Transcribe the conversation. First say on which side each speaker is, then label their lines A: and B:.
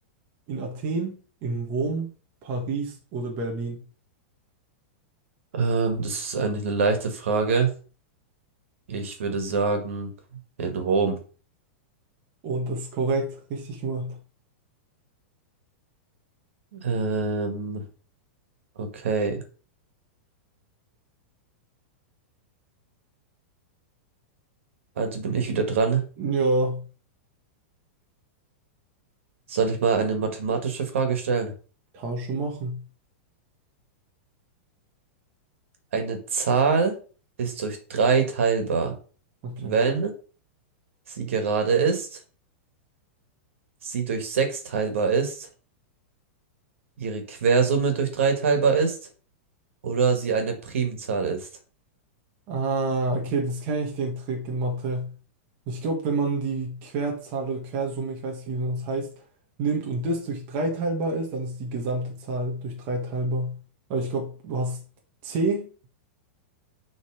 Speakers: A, on the right; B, on the right.
A: In Athen, in Rom, Paris oder Berlin?
B: ähm, das ist eigentlich eine leichte Frage. Ich würde sagen, in Rom.
A: Und das ist korrekt, richtig gemacht.
B: Ähm, okay, also bin ich wieder dran.
A: Ja.
B: Soll ich mal eine mathematische Frage stellen?
A: Tausche machen.
B: Eine Zahl ist durch drei teilbar,
A: Okay.
B: wenn sie gerade ist, sie durch sechs teilbar ist, ihre Quersumme durch drei teilbar ist oder sie eine Primzahl ist.
A: Ah, okay, das kenne ich, den Trick in Mathe. Ich glaube, wenn man die Querzahl oder Quersumme, ich weiß nicht, wie das heißt, nimmt und das durch drei teilbar ist, dann ist die gesamte Zahl durch drei teilbar. Aber ich glaube, du hast C.